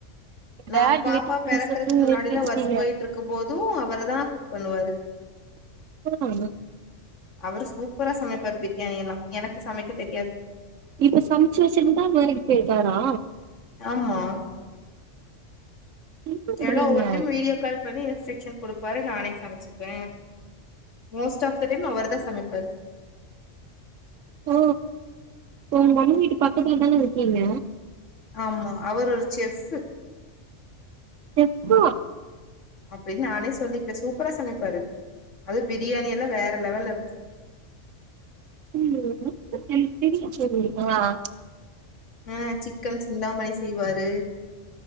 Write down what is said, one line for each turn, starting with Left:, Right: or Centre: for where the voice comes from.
Left: நா
Right: பேட்
Left: பாப்பா
Right: லிட்டில் பிரின்சஸ்ன்னு
Left: பெறக்கறக்கு முன்னாடில
Right: நிரூபிச்சிட்டீங்க
Left: ஒர்க் பொயிட்ருக்கும் போதும் அவுரு தா குக் பண்ணுவாரு
Right: <unintelligible>
Left: அவுரு சூப்ரா சமப்பாரு பிரியாணிலா எனக்கு சமைக்க தெரியாது
Right: இப்ப சமைச்சி வச்சினுதா வேலைக்கு பொயிட்டாரா
Left: ஆமா
Right: என்னன்றீங்க
Left: எல்லா ஒரு டைம் வீடியோ கால் பண்ணி இன்ஸ்ட்ரக்ஷன் குடுப்பாரு நானே சமச்சுக்குவே மோஸ்ட் ஆஃப் த டே அவர் தா சமப்பாரு
Right: ஓ ஒங்க மம்மி வீட்டு பக்கத்துல தானே இருக்கீங்க
Left: ஆமா அவுரு ஒரு செஃபு
Right: செஃபா
Left: அப்டின்னு நானே சொல்லிக்கிறே சூப்ரா சமப்பாரு அதுவு பிரியாணிலா வேற லெவல்ல இருக்கு
Right: ம் எப்டி <unintelligible>
Left: அ சிக்கன் சிந்தாமணி செய்வாரு